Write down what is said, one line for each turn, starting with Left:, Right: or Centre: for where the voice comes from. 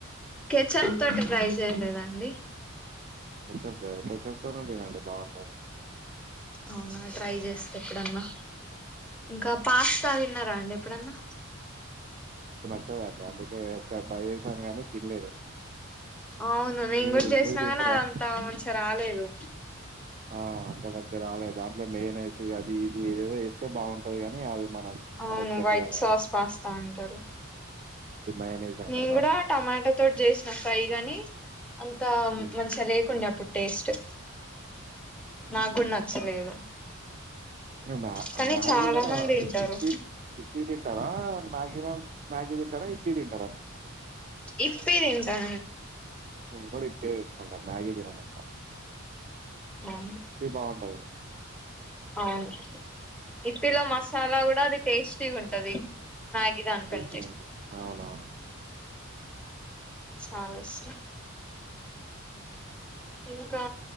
Centre: కే చప్ తట ప్రైజ చేయలేదు అండి
Right: కేచప్ చెప్తుాను నేన అండి బాగుంటాంది
Centre: అవునా ట్రై చేస్తే ఎప్పుడన్నా ఇంకా పాస్తాది న్నారా అండి ఎప్పుడన్నా
Right: వదండి అందుకే ఒకసారి ఫ్రై్ చేసాను కాగానీ తినలేదు
Centre: అవును నే ఇం
Right: మీరు
Centre: కూడా చేసిన
Right: మీరు తింటారా
Centre: నీ అదంతా మంచిగా రాలేదు
Right: ఆ అంత మంచిగా రాలేదు దాంట్లో మెయిన్ వేస్ అది ఇది ఏదేదో వేస్తే బాగుంటది కానీ అది మనం
Centre: అవును
Right: మనకి సెట్
Centre: వైట్
Right: కాలే
Centre: సాస్ పాస్తా అంటారు
Right: అది మయోనైస్ అంటారు
Centre: నన్
Right: దాన్ని
Centre: కూడా టమాటో తోడ్ జేస్త నాకాయి గాని అంతా
Right: ఉమ్.
Centre: మంచిగా లేకుండా అప్పుడు టేస్ట్ నాకు కూడా నచ్చలేదు
Right: మ్యా
Centre: కానీ
Right: మ్యాగిన
Centre: చాలా మంది తింటారు
Right: హిప్పి ఇిప్పిదిితార మ్యాగిన మ్యాగిీ తింటారా ఇప్పి తింటారా
Centre: ఇప్పితింటా
Right: ప్పుడి పేరు మ్యాగదిరా మట్
Centre: అవును
Right: ఇ బాగుంటాది
Centre: అవును ఇట్లో మసాలా కూడా అది టేస్టీ ఉంటది మ్యాగీ దానికంటే
Right: సి ఉ అవునువును
Centre: అ చస్ ఇందుకా